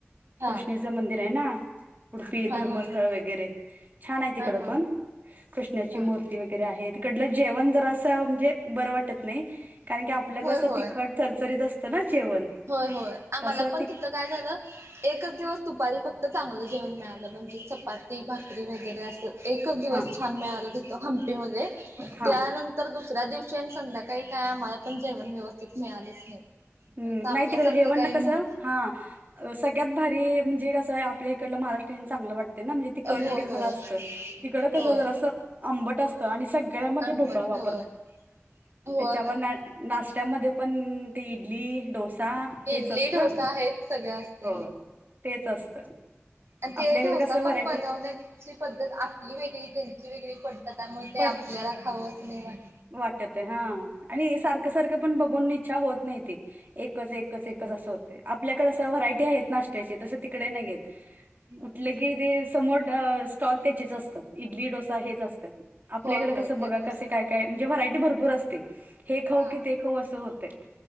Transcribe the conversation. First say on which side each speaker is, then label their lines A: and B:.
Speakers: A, on the right; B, on the right.
A: हा
B: कृष्णेचं मंदिर आहे ना उडपी
A: हा
B: धर्मस्थळं
A: हा हा
B: वगैरे छानय तिकडं
A: हा हा
B: पण कृष्णाची
A: हा
B: मूर <unintelligible> तिकडलं जेवण जरासं म्हणजे बरं वाटत नय कारण की आपलं
A: होय
B: कसं
A: होय
B: तिखट चरचरीत असतं ना जेवण
A: होय होय आम्हाला
B: तसं
A: पण
B: ति
A: तिथं काय झालं एकच दिवस दुपारी फक्त चांगलं जेवण मिळालं म्हणजे चपाती भाकरी वगैरे असं एकच दिवस
B: हा
A: छान मिळालं तिथं हंपीमध्ये
B: हा
A: त्यानंतर दुसऱ्या दिवशी संध्याकाळी काय आम्हाला पण जेवण व्यवस्थित मिळालेच नाही
B: हम्
A: असं आपल्यासारखं
B: नाही तिकडं जेवण
A: काही
B: ना कसं
A: नव्हतं
B: हा अ.. सगळ्यात भारी जे कस आहे आपल्या इकडच महाराष्ट्रीयन चांगलं वाटतं म्हणजे ते कट
A: होय
B: वगैरे जरा
A: होय
B: असतं तिकड कसं
A: होय
B: जर असं आंबट असतं आणि सगळ्यामध्ये
A: आंबट
B: भोपळा वापरतात
A: होय होय
B: त्यांच्यामध्ये
A: होय
B: नाष्टा मध्ये पण इडली डोसा हेच
A: इडली
B: असतं
A: ढोसा आहेच सगळे असते
B: होय तेच असतं
A: आणि ते
B: आपल्याकडे
A: डोसा
B: कसं व्हरायटी
A: पण बनवण्याची पद्धत आपली वेगळी त्यांची वेगळी पद्धत तर त्यामुळे ते
B: पडतं
A: आपल्याला खावंच नाही वाटत
B: वाटत आहे हा आणि सारखं सारखं पण बघून इच्छा होत नाही ती एकच एकच
A: होय
B: एकच
A: होय.
B: असं होत आपल्याकडे असं व्हरायटी आहेत नाश्त्याची तसे तिकडे नाही आहेत
A: नाही
B: उठलं की ते समोर स्टॉक त्याचेच असतात इडली डोसा हेच असतात आपल्याकडे
A: होय होय
B: कसं बघा
A: तेच असतं
B: कसे काय काय म्हणजे व्हरायटी भरपूर असते हे खाऊ
A: हा
B: की ते खाऊ असं होते